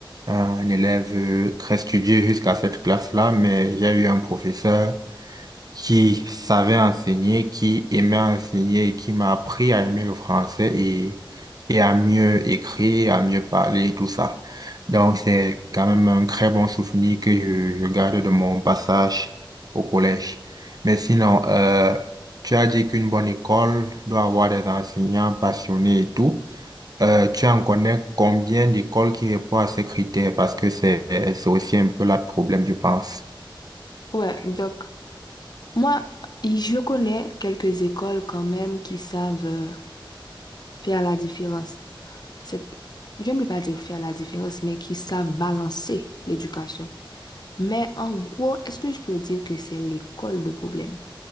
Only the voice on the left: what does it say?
Ouais, donc moi, y- je connais quelques écoles quand même qui savent euh, faire la différence. C'est, je ne peux pas dire faire la différence, mais qui savent balancer l'éducation. Mais en gros, est-ce que je peux dire que c'est l'école le problème?